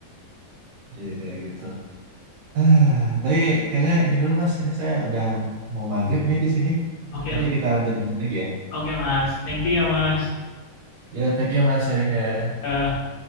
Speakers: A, on the right (about 75°); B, on the left (about 65°).
A: <laughs> iya kayak gitu ah tapi kayaknya ini dulu mas ini saya udah mau maghrib ini di sini
B: Oke,
A: nanti kita lanjut lanjut lagi ya
B: oke Mas. Thank you ya Mas.
A: ya thank you mas sharingnya
B: Eh,